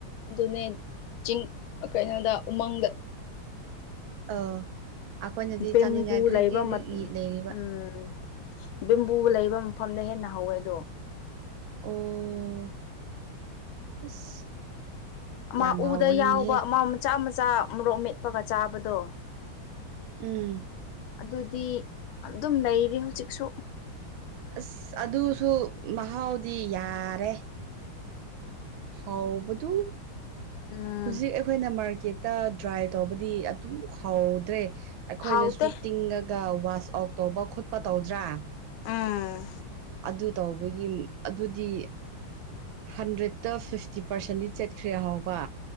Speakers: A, on the left; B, on the right.
A: ꯑꯗꯨꯅꯦ ꯆꯤꯡ ꯀꯩꯅꯣꯗ ꯎꯃꯪꯗ
B: ꯑꯥ ꯑꯩꯈꯣꯏꯅꯗꯤ
A: ꯕꯦꯝꯕꯨ
B: ꯆꯥꯅꯤꯡꯉꯥꯏ ꯒ꯭ꯔꯤ
A: ꯂꯩꯕ
B: ꯒ꯭ꯔꯤ ꯒ꯭ꯔꯤ
A: ꯃꯠ
B: ꯏ ꯂꯩꯔꯤꯕ
A: ꯎꯝ ꯕꯦꯝꯕꯨ ꯂꯩꯕ ꯃꯐꯝꯗ ꯍꯦꯟꯅ ꯍꯧꯋꯦ ꯑꯗꯣ꯫
B: ꯑꯣ ꯑꯁ
A: ꯑꯃ
B: ꯌꯥꯝ ꯍꯥꯎꯒꯅꯤꯍꯦ
A: ꯎꯗ ꯌꯥꯎꯕ ꯑꯃ ꯃꯆꯥ ꯆꯥ ꯃꯣꯔꯣꯛ ꯃꯦꯠꯄꯒ ꯆꯥꯕꯗꯣ
B: ꯎꯝ
A: ꯑꯗꯨꯗꯤ ꯑꯗꯨꯝ ꯂꯩꯔꯤ ꯍꯧꯖꯤꯛꯁꯨ꯫
B: ꯑꯁ ꯑꯗꯨꯁꯨ ꯃꯍꯥꯎꯗꯤ ꯌꯥꯔꯦ꯫ ꯍꯥꯎꯕꯗꯨ
A: ꯎꯝ
B: ꯍꯨꯖꯤꯛ ꯑꯩꯈꯣꯏꯅ ꯃꯔ ꯀꯦꯠꯇ ꯗ꯭ꯔꯥꯏ ꯇꯧꯕꯗꯤ ꯑꯗꯨꯝ ꯍꯥꯎꯗ꯭ꯔꯦ꯫ ꯑꯩꯈꯣꯏꯅꯁꯨ
A: ꯍꯥꯎꯇꯦ
B: ꯇꯤꯡꯉꯒ ꯋꯥꯁ ꯑꯥꯎ ꯇꯧꯕ ꯈꯣꯠꯄ ꯇꯧꯗ꯭ꯔꯥ?
A: ꯎꯝ
B: ꯑꯗꯨ ꯇꯧꯕꯒꯤ ꯑꯗꯨꯗꯤ ꯍꯟꯗ꯭ꯔꯦꯠꯇ ꯐꯤꯐꯇꯤ ꯄꯥꯔꯁꯦꯟꯗꯤ ꯆꯠꯈ꯭ꯔꯦ ꯍꯥꯎꯕ꯫